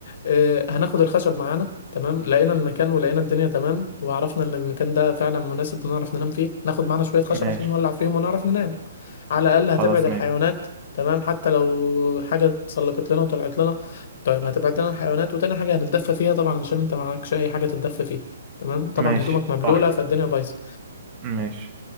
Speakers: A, on the left; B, on the right.
A: اه هناخد الخشب معانا تمام لقينا المكان ولقينا الدنيا تمام وعرفنا ان المكان ده فعلا مناسب بنعرف ننام فيه ناخد معانا شويه خشب
B: ماشي
A: عشان نولع فيهم ونعرف ننام على الاقل
B: خلاص
A: هتبعد الحيوانات
B: ماشي
A: تمام حتى لو حاجه اتسلقت لنا وطلعت لنا طيب هتبعد لنا الحيوانات وتاني حاجه هنتدفى فيها طبعا عشان انت معكش اي حاجه تتدفى فيها تمام طبعا
B: ماشي
A: هدومك مبلوله
B: صح
A: فالدنيا بايظه
B: ماشي